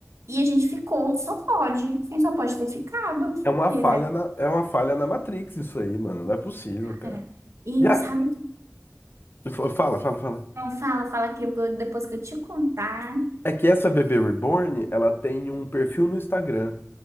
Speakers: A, on the right; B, on the left.
A: e a gente ficou. Só pode. Quem só pode ter ficado.
B: é uma
A: Que,
B: falha
A: né?
B: na, é uma falha na Matrix isso aí, mano. Não é possível, cara.
A: cara? E
B: E aí,
A: sabe o que?
B: f- fala, fala, fala.
A: Não fala, fala que eu- depois que eu te contar
B: É que essa bebê reborn, ela tem um perfil no Instagram.